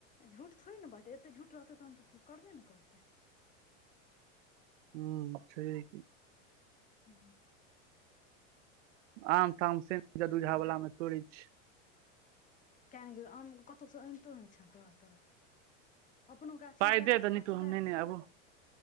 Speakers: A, on the left; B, on the right.
A: झूठ थोड़े ने बैजतै एतेक झूठ रहतै तहन तऽ क्यो करबे ने करतै
B: हू छैहे कि
A: ह
B: आम ताम से दूझावलामे तोरय छी
A: कि जानि गेलियौ आम कतहुसँ आनितो नहि छह तोरा तोरा अपनो गाछी
B: पाइ
A: मे जैह
B: दे
A: दसटा
B: तऽ नीतू
A: छलै
B: हम नेने आबो